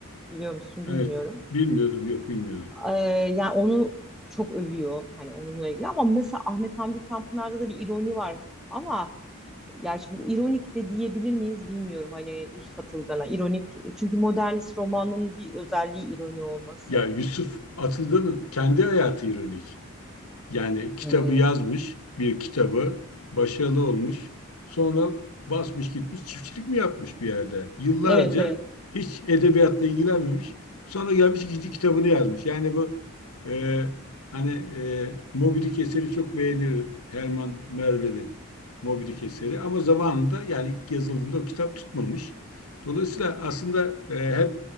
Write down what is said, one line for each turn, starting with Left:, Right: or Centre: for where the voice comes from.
Centre: Biliyor musun
Left: Evet
Centre: bilmiyorum.
Left: bilmiyordum yok bilmiyordum.
Centre: Ee, yani onu çok övüyor hani onunla ilgili ama mesela Ahmet Hamdi Tanpınar'da da bir ironi var ama yani şimdi bu ironik de diyebilir miyiz bilmiyorum hani Yusuf Atılgan'a ironik çünkü modernist romanın bir özelliği ironi olması.
Left: Ya Yusuf Atılgan'ın kendi hayatı ironik. Yani kitabı
Centre: Hmm.
Left: yazmış, bir kitabı başarılı olmuş. Sonra basmış gitmiş çiftçilik mi yapmış bir yerde? Yıllarca
Centre: Evet evet.
Left: hiç edebiyatla ilgilenmemiş. Sonra gelmiş ikinci kitabını yazmış. Yani bu e, hani e, Moby Dick eseri çok beğenir Herman Melville'in Moby Dick eseri ama zamanında yani ilk yazıldığında o kitap tutmamış. Dolayısıyla aslında e, hep